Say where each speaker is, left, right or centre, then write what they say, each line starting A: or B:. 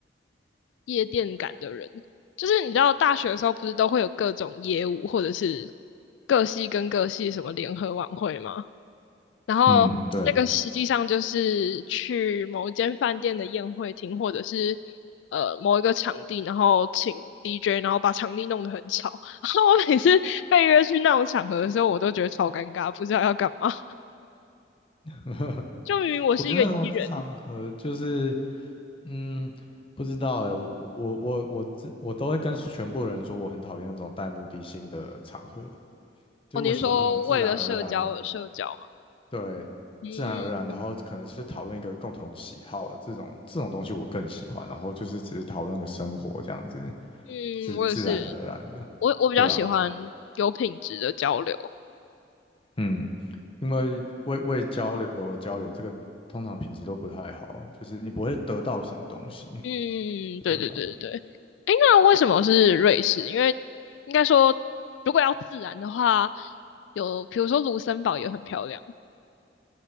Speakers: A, on the left; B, on the left.
A: 夜店感的人。就是你知道大学的时候不是都会有各种业务或者是各系跟各系什么联合晚会吗？然后那个实际上就是去某一间饭店的宴会厅或者是
B: 嗯，对，
A: 呃某一个场地，然后请 DJ，然后把场地弄得很吵。然后我每次被约去那种场合的时候，我都觉得超尴尬，不知道要干嘛。
B: <laughs>
A: 就明明我是一个
B: 我觉得那种场合就是。
A: E 人，
B: 嗯，不知道哎，我我我我自我都会跟全部人说，我很讨厌那种带目的性的场合，就是我喜欢那种自然而然，
A: 哦，您说为了社交而社交嘛？
B: 对，
A: 嗯
B: 自然而然，
A: 嗯，
B: 然后可能是讨论一个共同喜好这种这种东西我更喜欢，然后就是只是讨论个生活这样子，
A: 嗯我也是。
B: 自自然而然的，
A: 我我比较喜欢有品质的交流。
B: 对啊，嗯，因为为为交流而交流，这个通常品质都不太好，就是你不会得到什么东西，
A: 嗯，对对对对那为什么是瑞士？
B: 对啊。
A: 因为应该说，如果要自然的话，有比如说卢森堡也很漂亮，